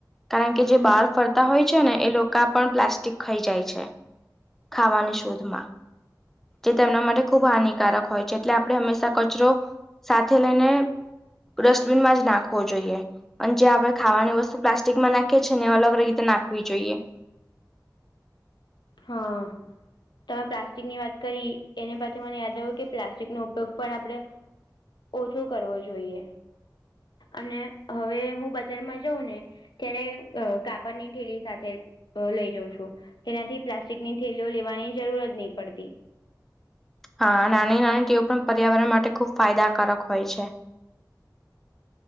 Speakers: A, in the centre; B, on the left.
A: કારણ કે જે બહાર ફરતા હોય છેને એ લોકો પણ પ્લાસ્ટિક ખાઈ જાય છે. ખાવાની શોધમાં. જે તેમના માટે ખુબ હાનિકારક હોય છે એટલે આપણે હંમેશા કચરો સાથે લઈને ડસ્ટબિનમાં જ નાખવો જોઈએ. અને જે આપણે ખાવાની વસ્તુ પ્લાસ્ટિકમાં નાખીએ છીને અલગ અલગ રીતે નાખવી જોઈએ.
B: હા. તમે પ્લાસ્ટિકની વાત કરી એને પછી મને યાદ આવું કે પ્લાસ્ટિક નો ઉપયોગ પણ આપણે ઓછો કરવો જોઈએ અને હવે હું બજારમાં જઉં ને ત્યારે કાપડની ઠેૂલી સાથે લઈ જઉં છું તેનાથી પ્લાસ્ટિકની થેલીઓ લેવાની જરૂર જ નહીં પડતી.
A: હા નાની નાની ટેવ પણ પર્યાવરણ માટે ખુબ ફાયદાકારક હોય છે